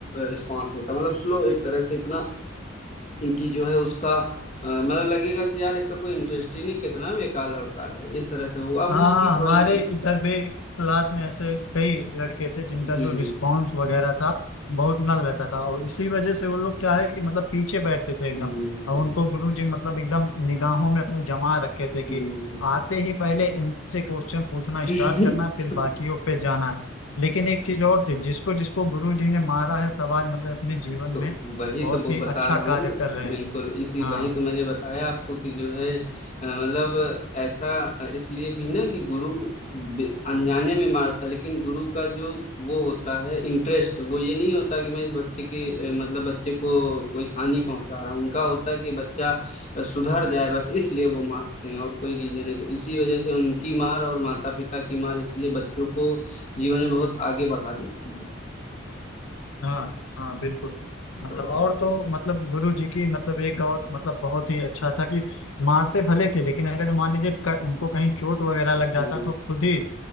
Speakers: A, on the left; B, on the left.
A: रिस्पॉन्स देता मतलब स्लो एक तरह से इतना कि जो है उसका अ, मतलब लगेगा कि यार इसका कोई इंटरेस्ट ही नहीं कितना बेकार लड़का है इस तरह से वो अब
B: हाँ
A: उसकी
B: हमारे
A: थोड़ी सी
B: इधर भी क्लास में ऐसे कई लड़के थे जिनका
A: हम्म
B: जो रिस्पांस वगैरह था बहुत नल रहता था और इसी वजह से वो लोग क्या है कि मतलब पीछे बैठते थे एकदम
A: हम्म
B: और उनको गुरु जी मतलब एकदम निगाहों में अपने जमा रखे थे कि
A: हम्म हम्म।
B: आते ही पहले इनसे क्वेश्चन पूछना
A: <laughs>
B: स्टार्ट करना फिर बाकियों पे जाना है लेकिन एक चीज और थी जिसको जिसको गुरु जी ने मारा है सब आज मतलब अपने जीवन
A: तो
B: में
A: वही
B: बहुत
A: तो वो
B: ही
A: बता
B: अच्छा
A: रहा हूँ
B: कार्य
A: मैं
B: कर रहे
A: बिल्कुल
B: हैं
A: इसी
B: हाँ
A: वही तो मैंने बताया आपको कि जो है अ, मतलब ऐसा अ, इसलिए भी ना कि गुरु बि- अनजाने में मारता लेकिन गुरु का जो वो होता है इंटरेस्ट वो ये नहीं होता कि मैं इस बच्चे के अ, मतलब बच्चे को कोई हानि पहुंचा रहा हूँ उनका होता है कि बच्चा अ, सुधर जाए बस इसलिए वो मारते हैं और कोई रीजन है तो इसी वजह से उनकी मार और माता पिता की मार इसलिए बच्चों को जीवन में बहुत आगे बढ़ा देती है
B: हाँ हाँ बिल्कुल मतलब
A: तो
B: और तो मतलब गुरु जी की मतलब एक और मतलब बहुत ही अच्छा था कि मारते भले थे लेकिन अगर मान लीजिए क- उनको कहीं चोट वगैरह
A: हम्म
B: लग जाता तो खुद ही